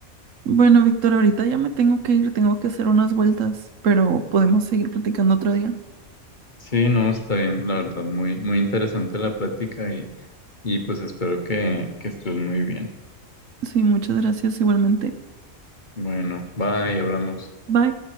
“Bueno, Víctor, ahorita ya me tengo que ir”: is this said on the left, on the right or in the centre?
Right